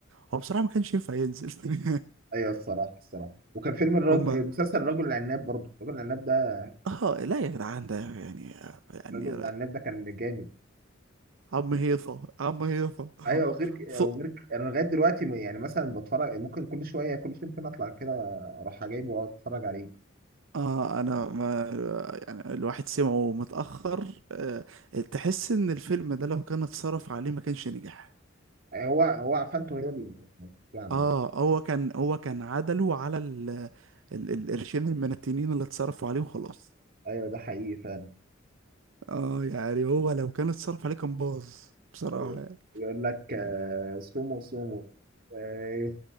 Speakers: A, on the right; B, on the right.
A: هو بصراحة ما كانش ينفع ينزل <laughs>
B: ايوه الصراحه الصراحه وكان فيلم الرج...
A: هما
B: مسلسل الرجل العناب برضه الرجل العناب ده
A: اه لا يا جدعان ده يعني يعني
B: الراجل بتاع النت ده كان جامد
A: عم هيصة عم هيصة <laughs>
B: ايوه وغير ك-
A: ص...
B: وغير ك- انا لغايه دلوقتي م- يعني مثلا بتفرج ممكن كل شويه كل فين فين اطلع كده اروح جايبه واقعد اتفرج عليه
A: آه أنا ما يعني الواحد سمعه متأخر آه تحس إن الفيلم ده لو كان اتصرف عليه ما كانش نجح
B: هو هو عفنته هي اللي بتعمل
A: آه هو كان هو كان عدله على ال... ال... القرشين المنتنين اللي اتصرفوا عليه وخلاص
B: ايوه ده حقيقي فعلا
A: آه يعني هو لو كان اتصرف عليه كان باظ بصراحة
B: ايوه
A: يعني.
B: يقول لك آه سومو سومو آه